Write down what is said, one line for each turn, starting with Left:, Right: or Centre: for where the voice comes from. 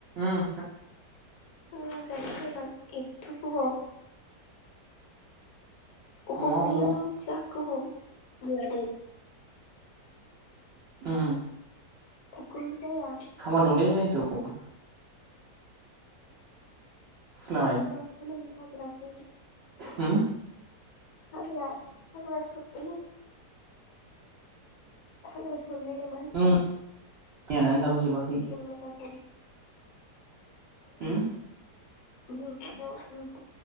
Right: ओम।
Left: ओ जाखाथारबाय एथ गोबाव <unintelligible>
Right: न'आव न'आव उम उम।
Left: थाबखौनो जाया
Right: खामानि दंलै। <unintelligible> खोनाबाय
Left: मा खामानि हाय। <inaudible>
Right: होम।
Left: <unintelligible> हाग्रा सननाय ना मा होनदां?
Right: उम मैयानानो दाबो जोबाखै।
Left: जेंना जाथाव
Right: होम।
Left: <unintelligible>